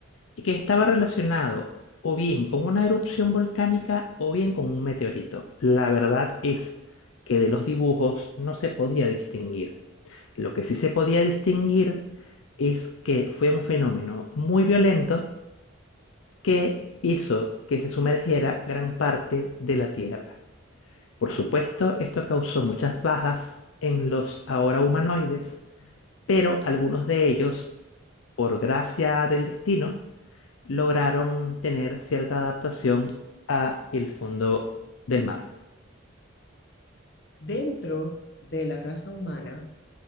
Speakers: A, on the left; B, on the left.
A: y que estaba relacionado o bien con una erupción volcánica o bien con un meteorito. La verdad es que de los dibujos no se podía distinguir. Lo que sí se podía distinguir es que fue un fenómeno muy violento que hizo que se sumergiera gran parte de la Tierra. Por supuesto, esto causó muchas bajas en los ahora humanoides, pero algunos de ellos, por gracia del destino, lograron tener cierta adaptación a el fondo del mar.
B: Dentro de la raza humana